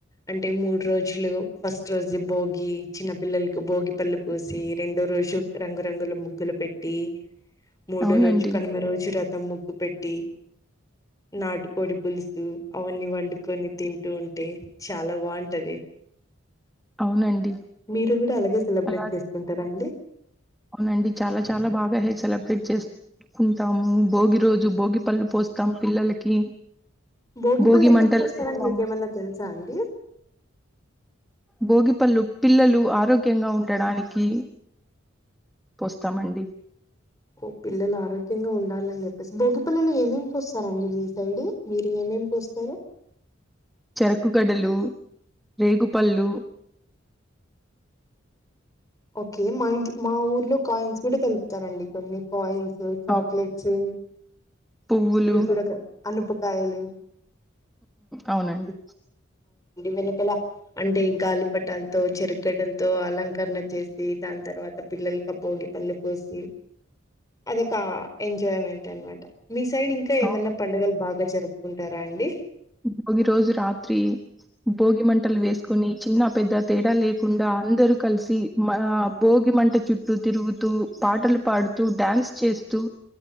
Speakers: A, on the left; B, in the centre.
A: అంటే మూడ్ రోజులు ఫస్ట్ రోజు భోగి చిన్న పిల్లలకు భోగి పళ్ళు పోసి రెండో రోజు రంగురంగులు ముగ్గులు పెట్ ట్టి మూడో
B: అవునండి
A: రోజు కనుమ రోజు రథం ముగ్గు పెట్టి నాటుకోడి పులుసు అవన్నీ వండుకొని తింటూ ఉంటే చాలా బాగుంటది
B: అవునండి
A: మీరు కూడా అలాగే సెలబ్రేట్
B: అలా
A: చేసుకుంటారా అండి
B: అవునండి చాలా చాలా బాగా సెలబ్రేట్ చేసుకుంటాము భోగి రోజు భోగి పళ్ళు పోస్తాము పిల్లలకి
A: భోగిపల్లు
B: భోగి
A: ఎందుకు
B: మంటలు
A: పోస్తారని
B: వేస్తాము
A: మీకు ఏమన్నా తెలుసా అండి
B: భోగిపళ్ళు పిల్లలు ఆరోగ్యంగా ఉండడానికి పోస్తామండి
A: ఓ పిల్లలు ఆరోగ్యంగా ఉండాలని చెప్పేసి పోస్తారంండి మీ సైడ్ మీరు ఏమేమి పోస్తారు
B: చెరకు గడలు రేగుపళ్ళు
A: ఓకే మా ఇంట్ మా ఊర్లో కాయిన్స్ కూడా కలుపుతారండి కొన్ని కాయిన్స్ ఓ చాక్లెట్స్
B: ఆ పువ్వులు
A: ఇవి కూడా క అనుప కాయలు
B: అవునండి
A: వెనకాల అంటే గాలిపటాలతో చెరుగగడ్డలతో అలంకరణ చేసి దాని తర్వాత పిల్లలక భోగి పళ్ళు పోసి అదొక ఎంజాయ్మెంట్ అనమాట మీ సైడ్ ఇంకా ఏమైనా
B: అవును
A: పండగలు బాగ్ బా జరుపుకుంటారా అండి
B: భోగి రోజు రాత్రి భోగి మంటలు వేసుకుని చిన్న పెద్ద తేడా లేకుండా అందరూ కలిసి మా భోగి మంట చుట్టూ తిరుగుతూ పాటలు పాడుతూ డ్యాన్స్ చేస్తూ